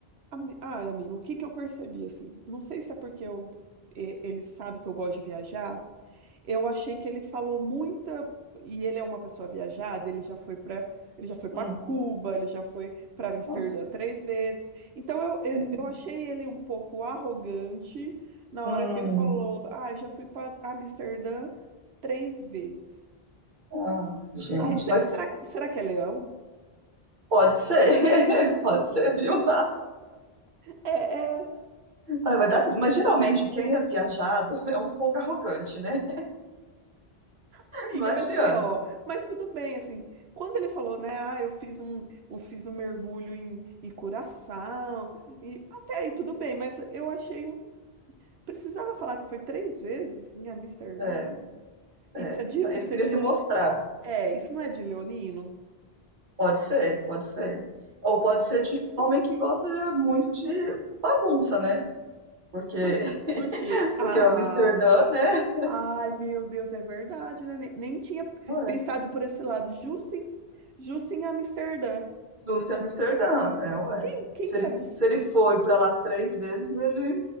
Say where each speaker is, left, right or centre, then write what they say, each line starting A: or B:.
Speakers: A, on the right (about 85°); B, on the right (about 50°).
A: ami- ai, amigo, o que que eu percebi assim? Não sei se é porque eu, e- ele sabe que eu gosto de viajar. Eu achei que ele falou muita e ele é uma pessoa viajada, ele já foi para ele já foi para
B: Hum,
A: Cuba, ele já foi para Amsterdã
B: nossa.
A: três vezes. Então eu, eu,
B: Hum,
A: eu achei ele um pouco arrogante na
B: hum.
A: hora que ele falou: "Ah, já fui para Amsterdã três vezes".
B: Ah, gente,
A: Ai, se-
B: mas
A: será será que é leão?
B: pode ser, <laughs> pode ser, viu?
A: É, é... Ai,
B: Ah, vai
A: meu
B: dar tudo.
A: Deus.
B: Mas geralmente quem é viajado <laughs> é um pouco arrogante, né?
A: Amiga,
B: Não adianta.
A: mas assim, ó, mas tudo bem, assim, quando ele falou, né, ah, eu fiz um, eu fiz um mergulho em, em Curaçao, e até aí tudo bem, mas eu achei um, precisava falar que foi três vezes em Amsterdã?
B: É.
A: Isso
B: É,
A: é de,
B: ele
A: isso
B: queria
A: é de,
B: se mostrar.
A: é, isso não é de Leonino?
B: Pode ser, pode ser. Ou
A: Ah,
B: pode ser de homem que gosta muito de bagunça, né? Porque, <laughs>
A: por, por quê?
B: porque
A: Ah,
B: é Amsterdã, né?
A: ai, meu Deus, é verdade, né, nem, nem tinha
B: Ué,
A: pensado por esse lado, justo em, justo em Amsterdã.
B: indústria Amsterdã, é, ué.
A: Quem, quem
B: Se
A: que
B: ele,
A: é dos,
B: se ele
A: dos,
B: foi pra lá três vezes, ele,